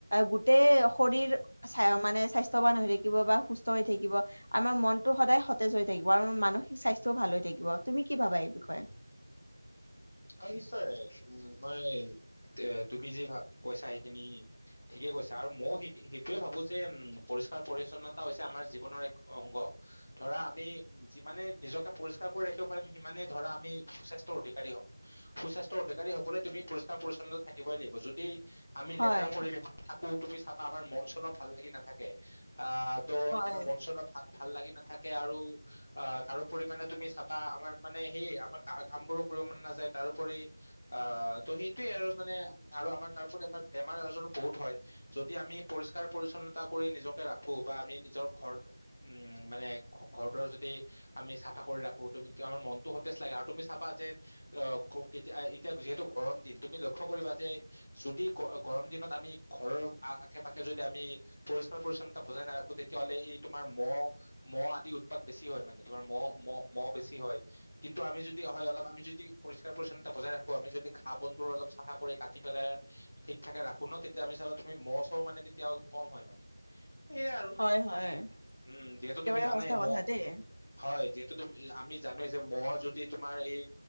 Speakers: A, on the left; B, on the left.
A: গোটেই শৰীৰ মানে স্বাস্থ্যৱান হৈ থাকিব থাকিব বা সুস্থ হৈ থাকিব আমাৰ মনটো সদায় সতেজ হৈ থাকিব আৰু মানসিক স্বাস্থ্যও ভাল হৈ থাকিব তুমি কি ভাবা এই বিষয়ে
B: অ নিশ্চয় মই এ তুমি যি ভা কৈছা সেইখিনি ঠিকে কৈছা আৰু মও সে সেইটোয়ে ভাবো যে উম পৰি পৰিষ্কাৰ পৰিছন্নতা হৈছে আমাৰ জীৱনৰ এক অংগ ধৰা আমি যিমানে নিজকে পৰিষ্কাৰ কৰি ৰাখিব পাৰিম সিমানেই ধৰা আমি সুস্বাস্থ্যৰ অধিকাৰী হ'ম সুস্বাস্থ্যৰ অধিকাৰী হ'বলৈ তুমি পৰিষ্কাৰ পৰিছন্নতা থাকিবই লাগিব যদি আমি
A: হয়
B: লেতেৰা পৰিবেশত থাকো থাকো তুমি চাবা আমাৰ মন চনো ভাল লাগি নাথাকে আহ তু'
A: হয়
B: আমাৰ মন চনৰ ভাল ভাল লাগি নাথাকে আৰু অ তাৰোপৰি মানে তুমি চাবা আমাৰ মানে সেই আমাৰ কা কাম বোৰো কৰিব মন নেযায় তাৰোপৰি আহ ত সেইটোৱে আৰু মানে আৰু আমাৰ তাৰোপৰি আমাৰ বেমাৰ আজাৰো বহুত হয় যদি আমি পৰিষ্কাৰ পৰিছন্নতা কৰি নিজকে ৰাখো বা আমি নিজৰ ঘৰ উম মানে ঘৰ দুৱাৰ যদি আমি চাফা কৰি ৰাখো তুম আমাৰ মনটো সতেজ লাগে আৰু তুমি চাবা যে অ খুব কেতিয়া এতিয়া যিহেতু গৰম দিন তুমি লক্ষ্য কৰিবা যে যদি গ গৰম দিনত আমি ঘৰৰ আশে পাশে যদি আমি পৰিষ্কাৰ পৰিছন্নতা বজাই নাৰাখো তেতিয়াহ'লে এই তোমাৰ ম মহ আ দি উৎপাত বেছি হয় মানে তোমাৰ মহ মহ মহ বেছি হয়, কিন্তু আমি যদি হয় অলপ আমি যদি পৰিস্কাৰ পৰিছন্নতা বজাই ৰাখো আমি যদি ঘাঁহ বনবোৰ অলপ চাফা কৰি কাটি পেলাই ঠিক ঠাকে ৰাখো ন তেতিয়া আমি চাবা তুমি মহ চহ মানে তেতিয়া অলপ কম হয় মানে। সেইয়াই আৰু,
A: হয় হয়
B: উম যিহেতু
A: একেবাৰে
B: তুমি জানাই
A: সঁচা কথা
B: ম,
A: দেই
B: হয় যি তুমি আমি জানোৱেই যে মহ যদি তোমাৰ এই